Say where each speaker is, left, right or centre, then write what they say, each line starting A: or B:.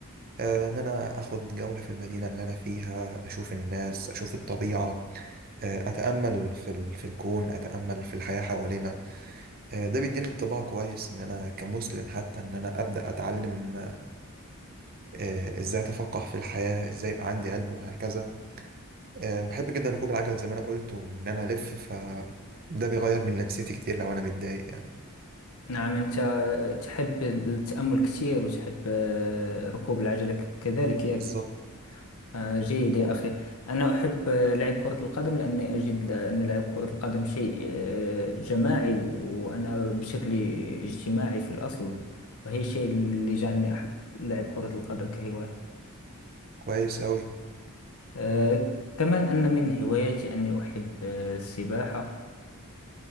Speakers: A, on the right (about 45°); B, on the left (about 80°).
A: آه، ان انا اخد جولة في المدينة اللي انا فيها اشوف الناس اشوف الطبيعة آه، اتامل في ال- في الكون اتامل في الحياة حوالينا آه، ده بيديني انطباع كويس ان انا كمسلم حتى ان انا ابدا اتعلم آه، ازاي اتفقه في الحياه ازاي يبقى عندي علم وهكذا آه، بحب جدا ركوب العجل زي ما انا قلت وان انا الف ف ده بيغير من نفسيتي كتير لو انا متضايق يعني
B: نعم أنت تحب التأمل كثير وتحب آه، ركوب العجلة ك- كذلك ياك
A: بالظبط
B: آه، جيد يا أخي أنا أحب آه، لعب كرة القدم لأني أجد أن لعب كرة القدم شيء آه، جماعي وأنا بشكل اجتماعي في الأصل وهي الشيء اللي جعلني أحب لعب كرة القدم كهواية
A: كويس اوي
B: آه، كمان أن من هواياتي أني أحب آه، السباحة